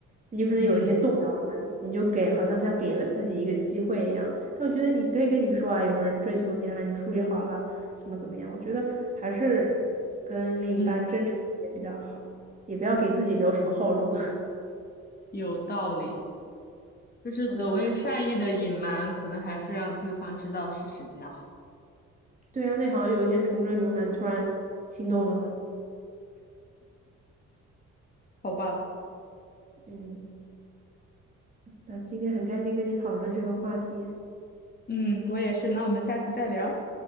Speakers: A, on the right (about 25°); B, on the left (about 30°).
A: 你有可能有一天动摇了，
B: 嗯
A: 你就给好像像给了自己一个机会一样。但我觉得你可以跟你说啊，有人追求你啊，让你处理好了，怎么怎么样？我觉得还是跟另一半真诚一点比较好，
B: 嗯，
A: 也不要给自己留什么后路。
B: 有道理。就是所谓善意的隐瞒，
A: 好的，那可能
B: 可能还是让对方知道事实比较好，
A: 对啊，那好像有一天重追猛男突然心动了呢。
B: 好吧？
A: 嗯，那今天很开心跟你讨论这个话题。
B: 嗯，我也是。那我们下次再聊，